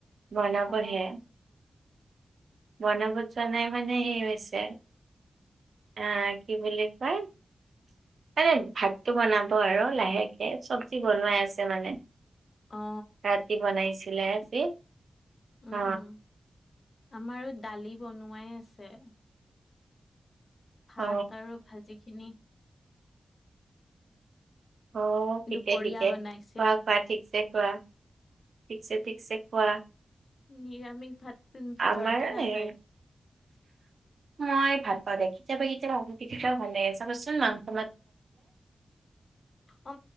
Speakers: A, on the right (about 75°); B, on the left (about 55°).
A: বনাবহে
B: অ
A: বনাবত জানে মানে এই হৈছে আহ কি বুলি কয় মানে ভাতটো বনাব আৰু লাহেকে চব্জি বনাই আছে মানে
B: অ
A: ৰাতি বনাইছিলে আজি অ
B: উম উম আমাৰো দালি বনোৱাই আছে ভাত
A: অ
B: আৰু ভাজি খিনি
A: অ ঠিকে
B: দুপৰীয়া
A: ঠিকে
B: বনাইছিলে
A: খুওৱা খুওৱা ঠিকছে খুওৱা ঠিকছে ঠিকছে খোৱা
B: নিৰামিষ ভাত ভিতৰতে
A: আমাৰ এ
B: নাযায়
A: নি <inaudible> মই ভাল পাওঁ দে কেতিয়াবা কেতিয়া কেতিয়াও ভাল লাগে চাবচোন মাংস <inaudible>
B: অ